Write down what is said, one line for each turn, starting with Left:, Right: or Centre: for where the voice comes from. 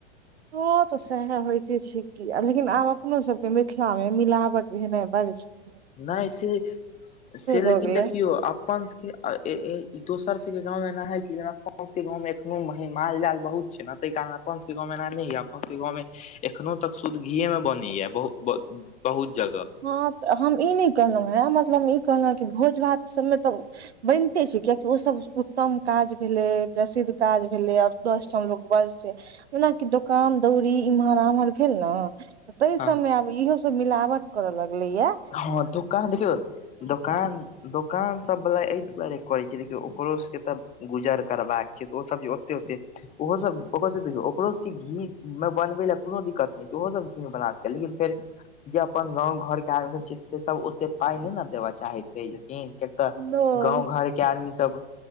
Right: तो तऽ सएहे होयते छै की, लेकिन आब अपनो सब के मिथिलामे मिलावट भेनाइ बड़ छै।
Left: नैय से -से लेकिन
Right: भऽ गेलै
Left: देखियौ अप्- अपन सब के आ -ए -ए -इ -दोसर सब के गाँव मे एना हय छय, अपना सब के गाँव मे एखनो मही माल जाल बहुत छय ने, तय कारण अप्पन सब के गाँव में एना नैय होयया अप्पन सबके गाँव में एखनो तक शूद्ध घीये में बनैया बहुत ब- बहुत जगह।
Right: हँत हम ई नै कहलौहें मतलब ई कहलौं कि भोज भात सब में त बैइनते छै कियेकि ओ सब उत्तम काज भेलै प्रसिद्ध काज भेलै अब दस ठाम लोक बजतै। ओनाकि दोकान दौरी इम्हर -ओम्हर भेल नऽ- तैय सब
Left: हँ
Right: मे आब इहो सब मिलावट करऽ लगलै यैए।
Left: हँ दोकान देखियौ दोकान दोकान सब वाला एय दुआरे करै छय देखियौ ओकरो सबके तऽ गुजर करबाक छैय तऽ ओ सब जे ओते -ओते ओहो सब ओकरो सब के देखियौ ओकरो सब के घी मे बनबै लए कोनो दिक्कत नै छै ओहो सब घी में बना सकैया लेकिन फेर जे अपन गाँव घर के आदमी सब छै से सब ओते पाय नैय न देबऽ चाहैत रहै <unintelligible> किन के तऽ
Right: नय
Left: गाँंव घर के आदमी सब